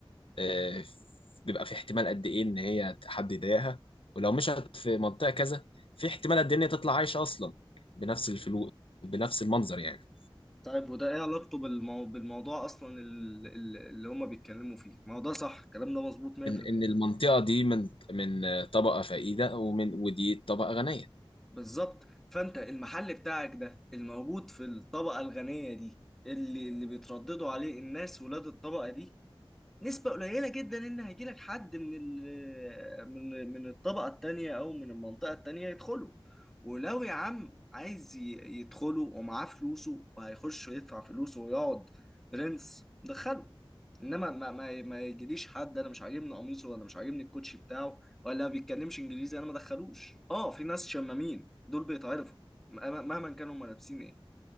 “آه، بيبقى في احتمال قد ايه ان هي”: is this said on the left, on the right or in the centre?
Left